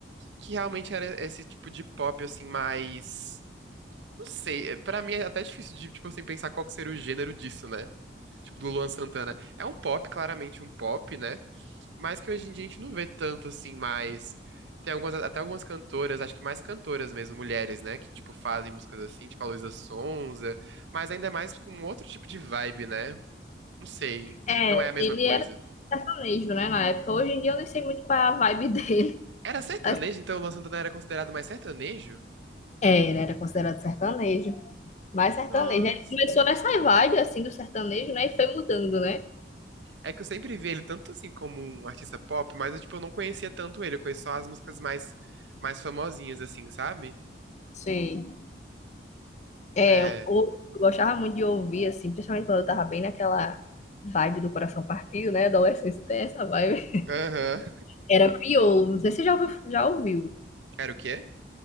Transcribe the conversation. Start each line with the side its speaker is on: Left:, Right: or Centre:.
Right: Que realmente era esse tipo de pop, assim, mais... Não sei, é, pra mim é até difícil de, tipo assim, pensar qual que seria o gênero disso, né? Tipo, do Luan Santana. É um pop, claramente um pop, né? Mas que hoje em dia a gente não vê tanto assim mais. Tem algumas, até algumas cantoras, acho que mais cantoras mesmo, mulheres, né? Que, tipo, fazem músicas assim, tipo a Luísa Sonza, mas ainda mais com outro tipo de vibe, né? Não sei.
Left: É,
Right: Não é a mesma
Left: ele
Right: coisa.
Left: era sertanejo, né, na época. Hoje em dia eu nem sei muito qual é a vibe <laughs> dele.
Right: Era sertanejo,
Left: Mas,
Right: então o Luan Santana era considerado mais sertanejo?
Left: é, ele era considerado sertanejo. Mas sertanejo.
Right: Nossa.
Left: Ele começou nessa vibe, assim, do sertanejo, né? E foi mudando, né?
Right: É que eu sempre vi ele tanto assim como um artista pop, mas eu, tipo, eu não conhecia tanto ele. Eu conheço só as músicas mais, mais famosinhas, assim, sabe?
Left: Sim. É,
Right: É.
Left: eu, eu gostava muito de ouvir, assim, principalmente quando eu tava bem naquela vibe do coração partido, né? Adolescência tem essa vibe.
Right: Aham.
Left: Era Piolo. Não sei se você já ouviu, já ouviu.
Right: Era o quê?